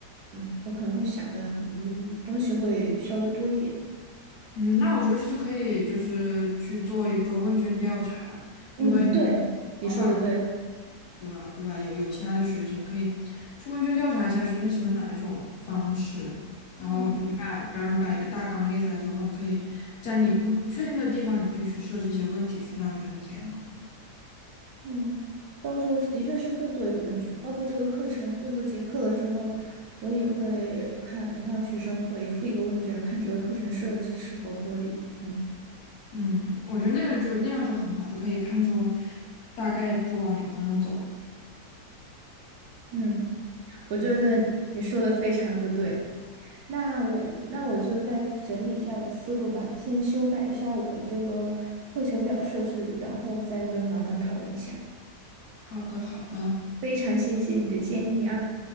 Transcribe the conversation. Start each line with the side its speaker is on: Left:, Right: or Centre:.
Right: 嗯，我可能会想的，嗯，东西会稍微多一点。
Left: 嗯，那我觉得其实可以，就是去做一个问卷调查，因为你
Right: 嗯，对，你说的对。
Left: 老板对吧？对吧？有有其他的学生，你可以去问卷调查一下学生喜欢哪一种方式，然后你把，
Right: 嗯
Left: 比方你把一个大纲列出来之后，你可以在你不不确定的地方，你可以去设置一些问题去让学生填嘛。
Right: 嗯，到时候是的确是会做一个问卷，包括这个课程最后结课了之后，我也会看让学生回复一个问卷，看这个课程设置是否合理。嗯
Left: 嗯，我觉得那个就那样就很好，就可以看出大概就往哪个方向走。
Right: 嗯，我觉得你说的非常的对。那我那我就再整理一下我的思路吧，先修改一下我的这个课程表设置，然后再跟老板讨论一下。
Left: 好的，好的，
Right: 非常谢谢你的建议啊。